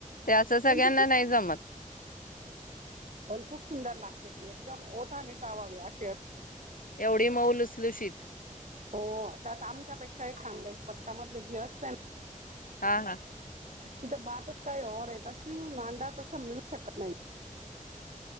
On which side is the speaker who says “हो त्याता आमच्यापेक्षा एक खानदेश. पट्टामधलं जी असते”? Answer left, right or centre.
Right